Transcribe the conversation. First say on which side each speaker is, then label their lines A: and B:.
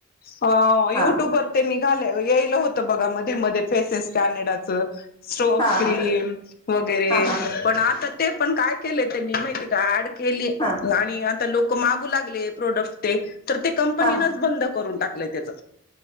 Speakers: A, on the left (about 45°); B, on the left (about 20°).
A: अ, युट्यूब
B: हा
A: वर ते निघाले यायल होत. तर बघा, मध्ये, मध्ये, फेसेस कॅनडाचं स्ट्रॉप
B: हा
A: क्रीम,
B: हा
A: वगैरे
B: हा हा हा
A: पण आता ते पण काय केलंय त्यांनी, माहितीए का, ऍड केली
B: हा
A: आणि आता लोक मागू लागले प्रोडक्ट ते तर ते कंपनीनच
B: हा हा
A: बंद करून टाकलंय त्याच